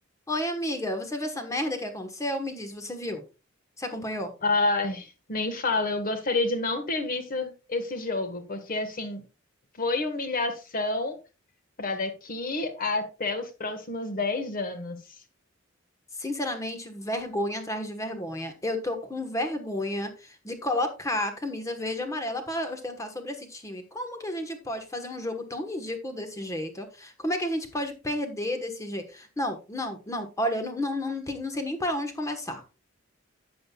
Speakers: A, on the left (about 15°); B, on the left (about 45°).
A: Oi, amiga, você viu essa merda que aconteceu? Me diz, você viu? Você acompanhou?
B: Ai, nem fala. Eu gostaria de não ter visto esse jogo, porque assim, foi humilhação para daqui até os próximos 10 anos.
A: Sinceramente, vergonha atrás de vergonha. Eu tô com vergonha de colocar a camisa verde e amarela pra ostentar sobre esse time. Como que a gente pode fazer um jogo tão ridículo desse jeito? Como é que a gente pode perder desse jeito? Não, não, não. Olha, eu não, não, não, tem, não sei nem para onde começar.